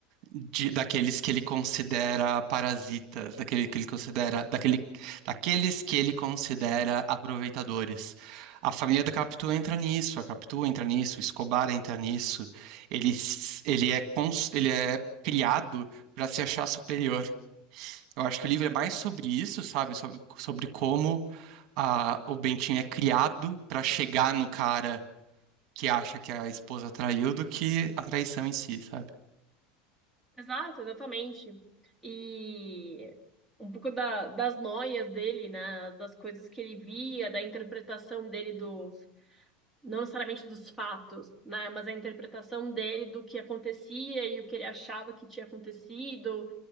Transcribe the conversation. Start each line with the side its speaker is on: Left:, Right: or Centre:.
Right: de- daqueles que ele considera parasitas, daquele que ele considera, daquele, daqueles que ele considera aproveitadores. A família da Capitu entra nisso, a Capitu entra nisso, o Escobar entra nisso. Ele, s- ele é, cons- ele é criado para se achar superior. Eu acho que o livro é mais sobre isso, sabe? Sobre, sobre como a- o Bentinho é criado para chegar no cara que acha que a esposa traiu do que a traição em si, sabe?
Centre: Exato, exatamente. E um pouco da- das noias dele, né? Das coisas que ele via, da interpretação dele dos, não necessariamente dos fatos, né? Mas a interpretação dele do que acontecia e o que ele achava que tinha acontecido.